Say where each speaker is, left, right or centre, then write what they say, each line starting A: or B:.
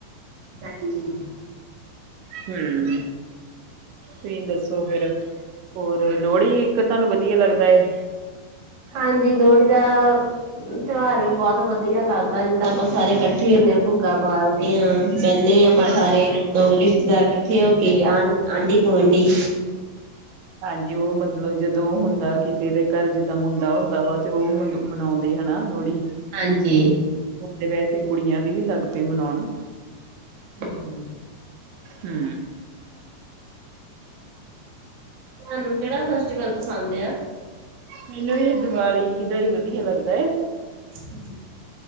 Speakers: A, on the right (about 55°); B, on the right (about 75°).
A: ਹਾਂਜੀ ਜੀ
B: ਹਮ ਤੁਸੀਂ ਦੱਸੋ ਫੇਰ ਹੋਰ ਲੋਹੜੀ ਇੱਕ ਤੁਹਾਨੂੰ ਵਧੀਆ ਲੱਗਦਾ ਐ।
A: ਹਾਂਜੀ ਲੋਹੜੀ ਦਾ ਤਿਉਹਾਰ ਵੀ ਬਹੁਤ ਵਧੀਆ ਲੱਗਦਾ ਜਿੱਦਾਂ ਆਪਾਂ ਸਾਰੇ ਇਕੱਠੇ ਹੁੰਦੇ ਭੁੱਗਾ ਬਾਲ ਹਾਂ ਬਹਿੰਨੇ ਆ ਆਪਾਂ
B: ਹਾਂਜੀ
A: ਸਾਰੇ ਰਿਸ਼ਤੇਦਾਰ ਇਕੱਠੇ ਹੋ ਕੇ ਆਂਢ ਆਂਢੀ ਗੁਆਂਢੀ।
B: ਹਾਂਜੀ ਉਹ ਮਤਲਬ ਜਦੋਂ ਹੁੰਦਾ ਕਿਸੇ ਦੇ ਘਰ ਜਿੱਦਾਂ ਮੁੰਡਾ ਹੁੰਦਾ ਵਾ ਤੇ ਉਹ ਮਤਲਬ ਮਨਾਉਂਦੇ ਹਨਾ ਲੋਹੜੀ
A: ਹਾਂਜੀ।
B: ਹੁਣ ਤੇ ਵੈਸੇ ਕੁੜੀਆਂ ਦੇ ਵੀ ਲੱਗ ਪਏ ਮਨੋਣ।
A: ਹੂੰ
B: ਹੂੰ
A: ਤੁਆਨੂੰ ਕੇੜਾ ਫੈਸਟੀਵਲ ਪਸੰਦ ਆ?
B: ਮੈਨੂੰ ਜੀ ਦਿਵਾਲੀ ਦਾ ਈ ਵਧੀਆ ਲੱਗਦਾ।
A: ਹੂੰ